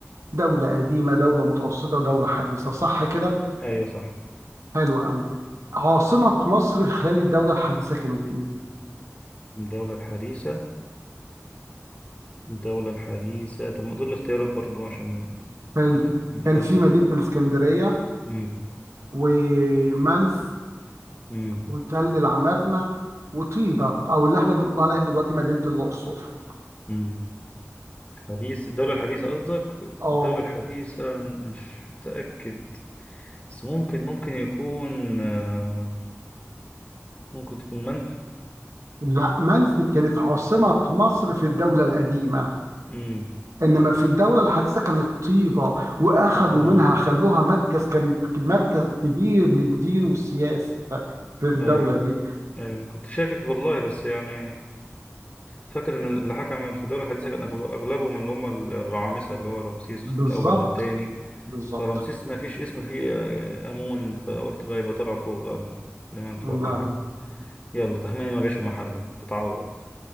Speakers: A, on the right; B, on the left.
A: دولة قديمة دولة متوسطة دولة حديثة صح كده
B: ايوه صح
A: حلو قوي عاصمة مصر خلال الدولة الحديثة كانت ايه
B: الدولة الحديثة الدولة الحديثة طب ما دول الاختيارات برضو عشان
A: حلو
B: آه، ما أنا
A: كان
B: بنسى
A: في مدينة الإسكندرية
B: مم.
A: ومنف
B: مم.
A: وتل العمارنة وطيبة او اللي احنا بنقول عليها دلوقتي مدينة الأقصر
B: مم. حديث الدولة الحديثة قصدك الدولة
A: اه
B: الحديثة مش متأكد بس ممكن ممكن يكون آه، ممكن تكون منف
A: لا منف كانت عاصمة مصر في الدولة القديمة
B: مم.
A: انما في الدوله الحديثه كانت طيبه واخذوا
B: مم.
A: منها خلوها مركز كانت مركز كبير للدين والسياسه في الدوله
B: أيوة
A: دي
B: أيوة كنت شاكك والله بس يعني فاكر ان اللي حكم في الدولة الحديثة كان أغ- اغلبهم اللي هم الرعامسة اللي هو رمسيس
A: بالظبط
B: الاول والتاني
A: بالظبط
B: فرمسيس ما فيش اسم فيه آه، امون فقلت بقى يبقى طلع فوق بقى المنفى
A: لا
B: ولا
A: لا
B: حاجة يلا تخميني ما جاش في محله تتعوض